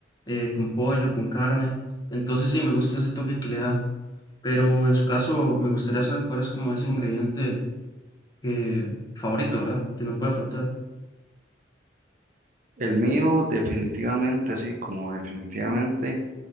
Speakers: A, on the left; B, on the right.
A: eh, con pollo, con carne. Entonces sí, me gusta ese toque que le da, pero en su caso me gustaría saber cuál es como ese ingrediente eh, favorito, ¿verdad? Que no puede faltar.
B: El mío definitivamente, así como definitivamente,